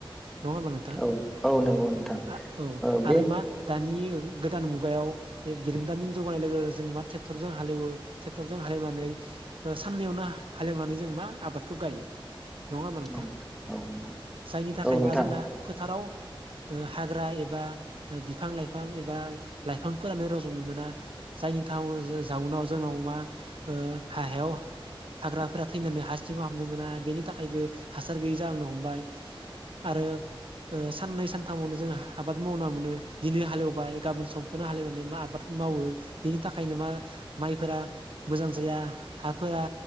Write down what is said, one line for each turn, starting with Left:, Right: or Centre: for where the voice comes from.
Right: नङा होमबा नोंथां
Centre: औ नंगौ नोंथां
Right: औ औ
Centre: ओ बे
Right: आरो मा दानि गोदान मुगायाव बिरोंदामिन जौगानाय लोगो जों मा ट्रेक्टरजों हालेवो ट्रेक्टरजों हालेवनानै ओ साननैयावनो हालेवनानै जों मा आबाद खौ गायो। नङा होमबा नोंथां
Centre: औ औ नोंथां
Right: जायनि थाखाय
Centre: औ नोंथां
Right: मा जोंना फोथाराव ओ हाग्रा एबा ओ बिफां लाइफां एबा लाइफांफोरानो रज'नो मोना जायनि थउनाव जाउनाव जोंनाव मा ओ हायाव हाग्राफोरा थैनानै हा सिङाव हाबनो मोना बेनि थाखायबो हासार गैयै जालांनो हमबाय आरो ओ साननै सानथामावनो जों आबाद मावना मोनो दिनै हालेवबाय गाबोन समफोरनो हालेवनानै मा आबाद मावो बेनि थाखायनो मा माइफोरा मोजां जाया हाफोरा